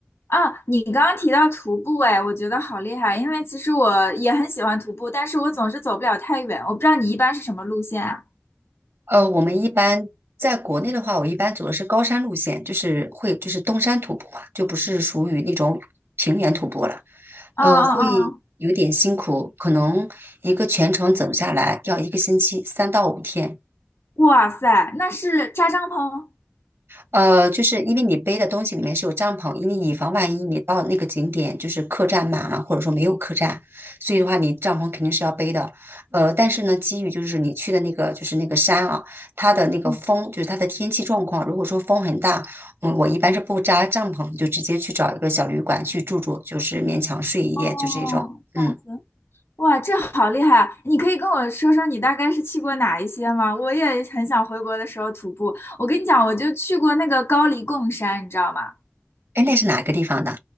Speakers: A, on the left; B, on the right.
A: 啊，你刚刚提到徒步，哎，我觉得好厉害，因为其实我也很喜欢徒步，但是我总是走不了太远。我不知道你一般是什么路线啊？
B: 呃，我们一般在国内的话，我一般走的是高山路线，就是会就是登山徒步嘛，就不是属于那种平原徒步了，
A: 啊啊啊！
B: 呃，会有点辛苦，可能一个全程走下来要一个星期，三到五天。
A: 哇塞，那是扎帐篷？
B: 呃，就是因为你背的东西里面是有帐篷，因为以防万一你到那个景点就是客栈满了，或者说没有客栈，所以的话你帐篷肯定是要背的。呃，但是呢，基于就是你去的那个就是那个山啊，它的那个风就是它的天气状况，
A: 嗯，
B: 如果说风很大，嗯，我一般是不扎帐篷，就直接去找一个小旅馆去住住，就是勉强睡一夜，
A: 哦，
B: 就这种。嗯，
A: 好行。哇，这好厉害啊你可以跟我说说你大概是去过哪一些吗？我也很想回国的时候徒步。我跟你讲，我就去过那个高黎贡山，你知道吗？
B: 哎，那是哪个地方的？